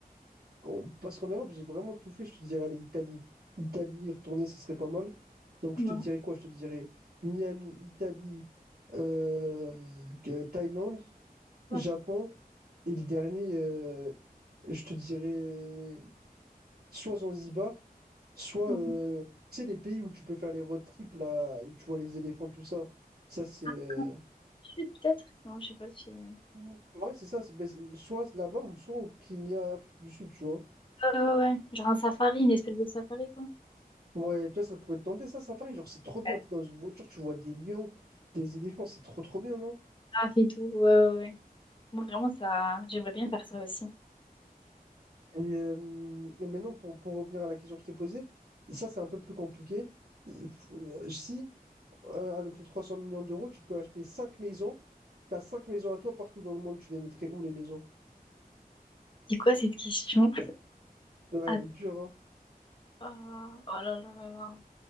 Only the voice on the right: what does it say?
en- parce qu'en Europe, j'ai vraiment tout fait, je te dirais, allez, Italie. Italie, y retourner, ce serait pas mal. Donc,
je te dirais quoi? Je te dirais Miami, Italie, euh, que- Thaïlande, Japon,
et le dernier, euh, je te dirais. soit Zanzibar, soit
euh, tu sais, les pays où tu peux faire les road trips là, et tu vois les éléphants, tout ça. Ça, c'est.
euh,
ou- Ouais, c'est ça. c'est- ben, c'est- soit là-bas ou soit au Kenya, Afrique du Sud, tu vois.
Ouais, toi, ça pourrait te tenter ça, Safari. Genre, c'est trop bien.
T'es dans une voiture, tu vois des lions, des éléphants, c'est trop, trop bien, non?
Et, euh, et maintenant, pour, pour revenir à la question que je t'ai posée, ça, c'est un peu plus compliqué. Euh, f- euh, si, euh, avec les 300 millions d'euros, tu peux acheter 5 maisons, t'as 5 maisons à toi partout dans le monde, tu les mettrais où les maisons?
Ouais,
elle est dure, hein.